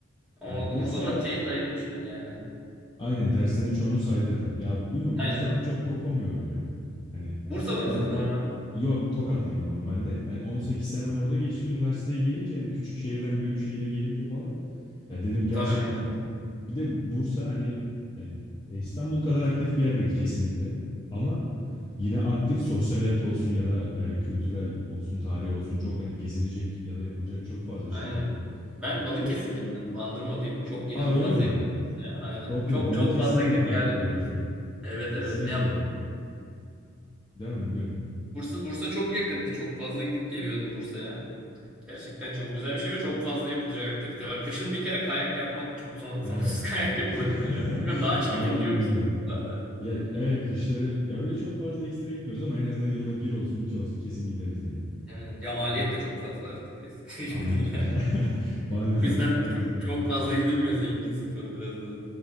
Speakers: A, in the centre; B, on the left.
A: O,
B: Ya Bursa
A: o zaman şey sayılmıştır yani.
B: Aynen derslerin çoğunu saydırdım. Ya bilmiyorum
A: Aynen.
B: Bursa'dan çok kopamıyorum ya. Hani
A: Bursalı mısınız
B: ben
A: normalde?
B: yok Tokatlıyım normalde. Yani 18 senem orada geçti. Üniversiteye gelince yani küçük şehirden büyük şehire gelince falan ya dedim gerçekten
A: Tabii aynen.
B: bir de Bursa hani e, e, İstanbul kadar aktif bir yer değil kesinlikle. Ama yine aktif sosyal hayat olsun ya da e, kültürel olsun, tarihi olsun çok hani gezilecek ya da yapılacak çok fazla şey
A: Aynen.
B: var.
A: Ben Balıkesirliyim
B: Ve
A: ben de Bandırmalıyım. Çok inanılmaz
B: aa öyle mi?
A: yakın. Bursa'ya. Aynen.
B: Yok
A: Çok
B: ya Balıkesir
A: çok fazla gidip
B: de harika
A: geldim
B: bir yer.
A: Bursa'ya. Evet evet.
B: Kesinlikle.
A: Ya
B: Değil mi? Buyurun.
A: Bursa Bursa çok yakındı. Çok fazla gidip geliyordum Bursa'ya. Gerçekten çok güzel bir şey ve çok fazla yapılacak aktivite var. Kışın bir kere kayak yapmak çok son- <laughs> sonsuz
B: Evet.
A: kayak
B: evet.
A: yapılabiliyor.
B: <laughs>
A: Bilmiyorum daha çıkıp
B: Aynen
A: iniyor musunuz?
B: öyle.
A: Daha da.
B: Ya evet kışları ya öyle çok fazla ekstra gitmiyoruz ama en azından yılda bir olsun iki olsun kesin gideriz yani.
A: Evet, ya maliyet
B: Yok
A: de çok fazla artık. Eskisi <laughs> gibi
B: aynen.
A: değil yani.
B: <laughs> Maalesef
A: O yüzden
B: maalesef
A: çok,
B: öyle.
A: çok fazla gidilmiyor. Zengin sporu biraz da.